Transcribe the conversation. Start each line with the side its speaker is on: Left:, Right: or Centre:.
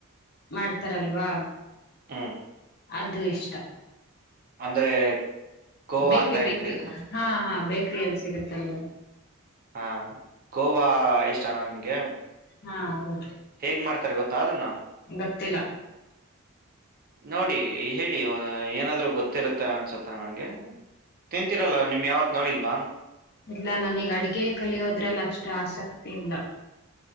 Left: ಮಾಡ್ತಾರಲ್ವಾ
Right: ಹ್ಮ್
Left: ಅದು ಇಷ್ಟ
Right: ಅಂದ್ರೆ ಕೋವಾ
Left: ಬೇಕ್ರಿ
Right: ಅಂತ ಹೇಳ್ತಿದ್ರ
Left: ಬೇಕ್ರಿ ಹಾ ಹಾ ಬೇಕ್ರ ಎಲ್ಲಿ ಸಿಗುತ್ತಲ್ವಾ
Right: ಹಾನ್ ಗೋವಾ ಇಷ್ಟನಾ ನಿನ್ಗೆ
Left: ಹಾ ಹೌದು
Right: ಹೇಗ್ ಮಾಡ್ತಾರೆ ಗೊತ್ತಾ ಅದನ್ನ
Left: ಗೊತ್ತಿಲ್ಲ
Right: ನೋಡಿ ಹೇಳಿ ಏನಾದ್ರು ಗೊತ್ತಿರುತ್ತೆ ಅನ್ಸತ್ತ ನನ್ಗೆ ತಿಂತೀರಲ್ಲ ನಿಮ್ ಯಾವತ್ ನೋಡಿಲ್ ಬಾಮ
Left: ಇಲ್ಲ ನನಗ್ ಅಡ್ಗೆ ಕಲಿಯೋದ್ರಲ್ಲ ಅಷ್ಟು ಆಸಕ್ತಿ ಇಲ್ಲ